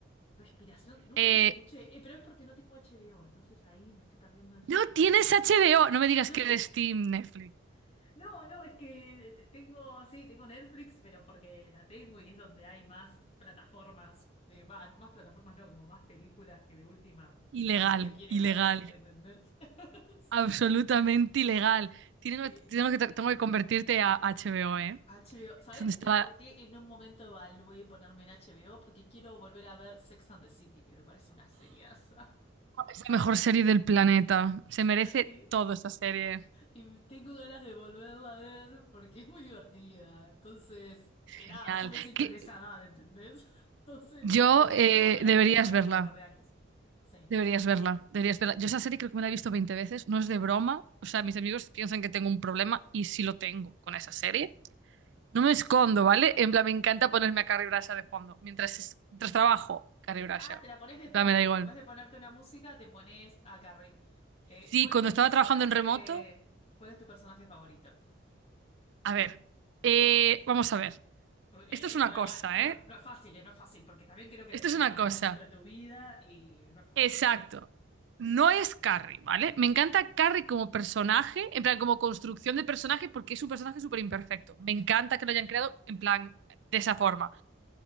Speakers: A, on the left; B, on the right.
A: Respiración, nunca
B: Eh,
A: las escuché, eh, pero es porque no tengo HBO, entonces ahí me estoy perdiendo ese
B: No
A: tipo
B: tienes
A: de series.
B: HBO. No me digas
A: No
B: que eres
A: te-
B: Steam Netflix.
A: <laughs> no, no, es que te- tengo, sí, tengo Netflix, pero porque la tengo y es donde hay más plataformas, de, va, más plataformas no, como más películas que de última mi
B: Ilegal,
A: familia quiere
B: ilegal.
A: ver, ¿entendés? <laughs>
B: Absolutamente ilegal. Tiene-
A: Eh,
B: Tengo, que, tengo que convertirte a HBO, ¿eh?
A: HBO, ¿sabes
B: Es donde está
A: eh,
B: la,
A: por qué en un momento evalué ponerme en HBO? Porque quiero volver a ver Sex and the City, que me parece una seriaza. <laughs>
B: es la mejor serie del planeta. Se merece
A: Y,
B: todo esta serie.
A: y tengo ganas de volverla a ver porque es muy divertida. Entonces, eh, nada,
B: Genial.
A: yo me siento
B: Que-
A: en esa edad, ¿entendés? <laughs> Entonces,
B: yo
A: digo, la
B: eh,
A: tengo que volver
B: deberías
A: a ver ahora
B: verla.
A: después de un par de años. Sí.
B: Deberías verla. Deberías
A: Eh,
B: verla. Yo esa serie creo que me la he visto 20 veces. No es de broma. O sea, mis amigos piensan que tengo un problema y sí lo tengo con esa serie. No me escondo, ¿vale? En plan, me encanta ponerme a Carrie Bradshaw de fondo. Mientras, es- mientras trabajo, Carrie Bradshaw.
A: Ah, te la pones de
B: En
A: fondo,
B: plan, me da
A: tipo,
B: igual.
A: en vez de ponerte una música, te pones a Carrie. Eh,
B: Sí,
A: ¿cuál
B: cuando
A: es tu
B: estaba
A: personaje?
B: trabajando en remoto,
A: ¿Cuál es tu personaje favorito?
B: a ver, eh, vamos a ver.
A: Eh, eh,
B: Esto es una
A: eh, bueno,
B: cosa,
A: bueno, no,
B: ¿eh?
A: no es fácil, eh, no es fácil, porque también creo que
B: Esto
A: depende
B: es una
A: mucho
B: cosa.
A: del momento de tu vida y no es fácil.
B: Exacto. No es Carrie, ¿vale? Me encanta Carrie como personaje, en plan, como construcción de personaje, porque es un personaje súper imperfecto. Me encanta que lo hayan creado en plan, de esa forma.